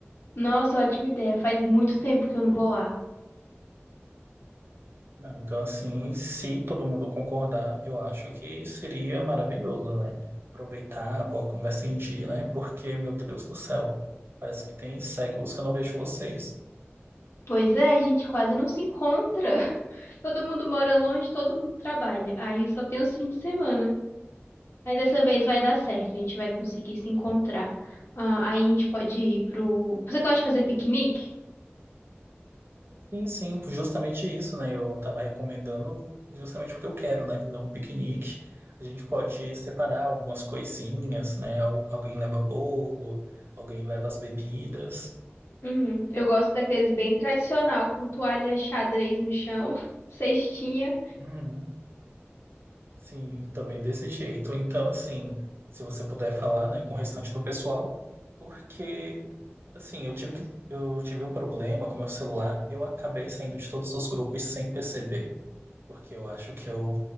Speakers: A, on the left (about 65°); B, on the right (about 55°).
A: Nossa, ótima ideia. Faz muito tempo que eu não vou lá.
B: Não, então, assim, se todo mundo concordar, eu acho que seria maravilhoso, né? Aproveitar, pôr a conversa em dia, né? Porque, meu Deus do céu, parece que tem séculos que eu não vejo vocês.
A: Pois é, a gente quase não se encontra. <laughs> Todo mundo mora longe, todo mundo trabalha. Aí só tem os fins de semana. Mas dessa vez vai dar certo, a gente vai conseguir se encontrar. Ah, aí a gente pode ir pro. Você gosta de fazer piquenique?
B: Sim, sim, justamente isso, né? Eu estava recomendando justamente porque eu quero, né? Fazer um piquenique. A gente pode separar algumas coisinhas, né? Al- Alguém leva bolo, alguém leva as bebidas.
A: Uhum. Eu gosto daqueles bem tradicional, com toalha xadrez no chão, <laughs> cestinha.
B: Uhum. Sim, também desse jeito. Então, assim, se você puder falar, né, com o restante do pessoal, porque, assim, eu tive que, eu tive um problema com meu celular, eu acabei saindo de todos os grupos sem perceber, porque eu acho que eu